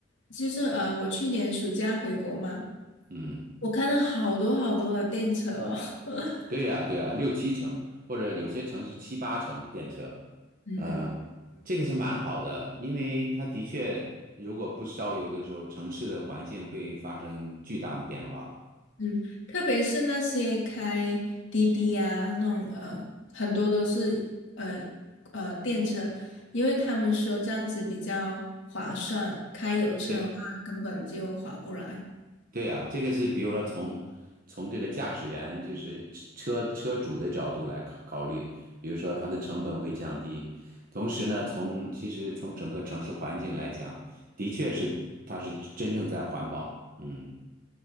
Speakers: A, on the left (about 60°); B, on the right (about 45°).
A: 就是呃，我去年暑假回国嘛，
B: 嗯，
A: 我看到好多好多的电车哦。<laughs>
B: 对呀，对呀，六七成，或者有些城市七八成电车。
A: 嗯
B: 嗯，这个是蛮好的，因为它的确，如果不烧油的时候，城市的环境会发生巨大的变化。
A: 嗯，特别是那些开滴滴啊，那种呃，很多都是呃呃电车，因为他们说这样子比较划算，开油车的话根本就划不来，
B: 对对啊，这个是比如说从从这个驾驶员就是车车主的角度来考考虑，比如说它的成本会降低，同时呢，从其实从整个城市环境来讲，的确是它是真正在环保，嗯。